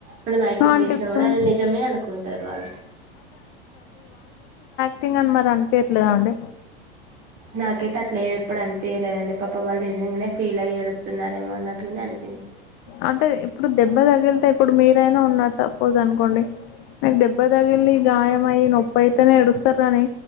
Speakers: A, on the right (about 30°); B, on the left (about 40°).
A: మనం యాక్టింగ్
B: ఆంటీ
A: చేసినా
B: ఇప్పుడు
A: కూడా అది నిజమే అనుకుంటారు వాళ్ళు
B: టింగ్ అని మరి అనిపయట్లేదా అండి
A: నాకైతే అట్ల ఏ ఎప్పుడు అనిపయలేదండి పాప వాళ్ళు నిజంగానే ఫీలయి ఏడుస్తున్నారేమో అన్నటుగానే అనిపిస్
B: అంటే ఇప్పుడు దెబ్బ తగిలితే ఇప్పుడు మీరైనా ఉన్నారు సపోజ్ అనుకోండి మీకు దెబ్బ తగిలి గాయం అయి్యి నొప్పి అయితేనే ఏడుస్తారాని